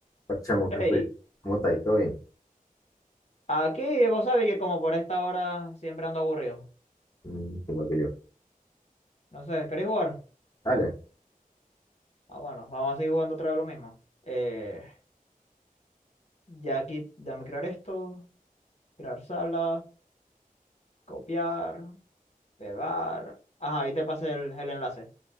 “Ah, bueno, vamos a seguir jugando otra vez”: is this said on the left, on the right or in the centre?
Left